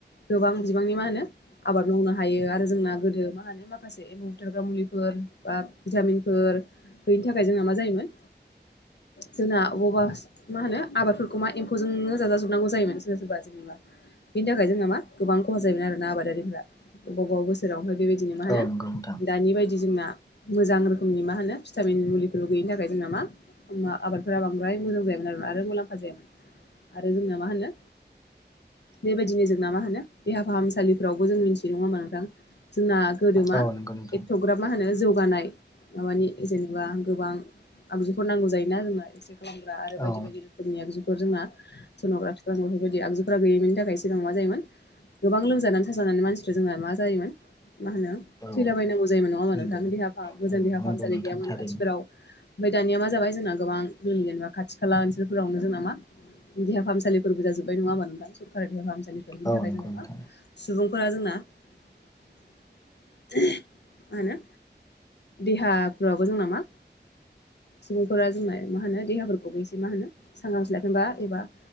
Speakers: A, on the left; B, on the left.
A: गोबां बिबांनि मा होनो आबाद मावनो हायो आरो जोंना गोदो मा होनो माखासे एम्बु बुथारग्रा मुलिफोर बा भिटामिनफोर गैयिनि थाखाय जोंना मा जायोमोन जोंना अबावबा मा होनो आबादफोरखौ मा एम्फौजोंनो जाजााजोबनांगौ जायोमोन सोर सोरबा। जेनेबा बिनि थाखाय जोंना मा गोबां खहा जायोमोन आरो ना आबादारिफ्रा। बबा बबा बोसोराव बेबायदिनो मा होनो
B: औ नंगौ नोंथां
A: दानि बायदि जोंना मोजां रोखोमनि मा होनो भिटामिन मुलिफोरबो गैयिनि थाखाय जोंना मा आबादफोरा बांद्राय मोजां जायामोन आरो आरो मुलाम्फा जायामोन आरो जोंना मा होनो बेबायदिनो जोंना मा होनो देहा फाहामसालिफोरावबो जों मिथि नङा होमबा नोंथां? जोंना गोदो मा
B: औ नंगौ नोंथां
A: एथ'ग्रा मा होनो जौ गानाय माबानि जेनेबा गोबां आगजुफोर नांगौ जायोना जोंना एक्सरे खालामग्रा आरो बायदि
B: औ
A: बायदि रोखोमनि आगजुफोर जोंना सन'ग्राफिफोर आं बेफोरबायदि आगजुफोरा गैयैनि थाखाय सिगां मा जायोमोन गोबां लोमजानानै थाजानानै मानसिफ्रा जोंहा मा जायोमोन मा होनो
B: औ
A: थैलाबायायनांगौ जायोमोन नङामा
B: नंगौ
A: नोंथां देहा फाहाम मोजां
B: औ नंगौ
A: देहा फाहामसालि
B: नोंथां
A: गैयामोन
B: थारैनो
A: खाथिफोराव। ओमफ्राय दानिया मा जाबाय जोंना गोबां जोंनि जेनेबा खाथि खाला ओनसोलफोरावनो जोंना मा देहा फाहामसालिफोरबो जाजोब्बाय नङा होमबा नोंथां सरकारि देहा फाहामसालिफोर बिनि
B: औ
A: थाखाय
B: नंगौ
A: जेनेबा
B: नोंथां
A: सुबुंफोरा जोंना मा होनो देहाफ्राबो जोंना मा सुबुंफोरा जोंना मा होनो देहाफोरखौबो एसे मा होनो सांग्रांथि लाखिनोबा एबा